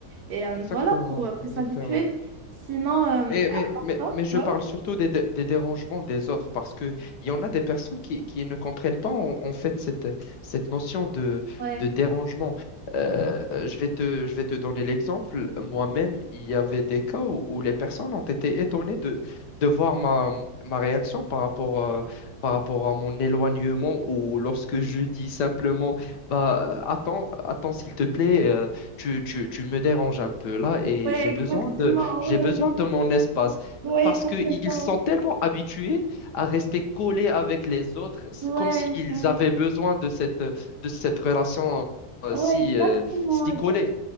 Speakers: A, on the right; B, on the left.
A: Et euh,
B: exactement,
A: voilà, faut, euh, faut
B: exactement.
A: s'habituer. Sinon, euh,
B: Mais,
A: à
B: mais,
A: part
B: mais,
A: ça,
B: mais je
A: ouais,
B: parle surtout des, dé- des dérangements des autres parce qu'il y en a des personnes qui, qui ne comprennent pas en, en fait cette, cette notion de,
A: ouais,
B: de dérangement. Euh, je vais te, je vais te donner l'exemple. Moi-même, il y avait des cas où, où les personnes ont été étonnées de, de voir ma, ma réaction par rapport, euh, par rapport à mon éloignement ou lorsque je dis simplement bah, euh, attends, attends, s'il te plaît, euh, tu, tu, tu me déranges un peu là et
A: ouais,
B: j'ai
A: exactement,
B: besoin de j'ai
A: ouais,
B: besoin
A: ouais,
B: de mon espace
A: ouais,
B: parce
A: ils comprennent
B: qu'ils
A: pas.
B: sont tellement habitués à rester collés avec les autres, c'est
A: Ouais,
B: comme s'ils
A: ouais,
B: avaient besoin de cette, de cette relation euh,
A: ouais,
B: si,
A: exactement,
B: euh, si
A: exactement.
B: collée